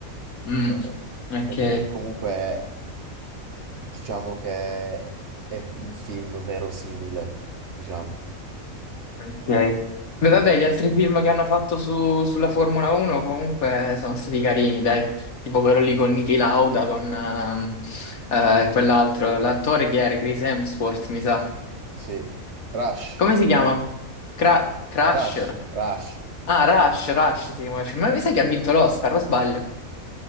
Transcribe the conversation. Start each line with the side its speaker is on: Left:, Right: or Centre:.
Left: Mm,
Right: eh,
Left: ok,
Right: perché comunque diciamo che è un film verosimile, diciamo.
Left: ok. Beh, vabbè, gli altri film che hanno fatto su- sulla Formula 1 comunque sono stati carini, dai. Tipo quello lì con Niki Lauda, con ehm, eh, quell'altro, l'attore che era, Chris Hemsworth, mi sa.
Right: Sì. Rush,
Left: Come si chiama? Cra- Crash?
Right: Rush, Rush.
Left: Ah, Rush, Rush si chiama il film. Ma mi sa che ha vinto l'Oscar, o sbaglio?